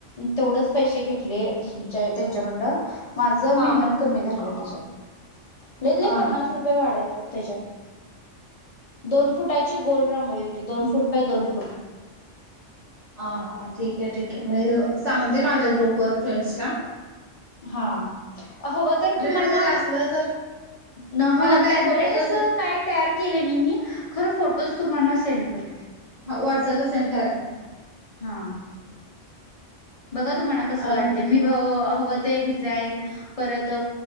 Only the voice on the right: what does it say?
हा
हा हा
हा
हा हा ठीके आहे ठीके मी सांगते, माझ्या ग्रुप व फ्रेंडसना.
वगैरे असलं तर
मला
काही
फोटोज
असले
हा वाट्सपला सेंड करा की.
अ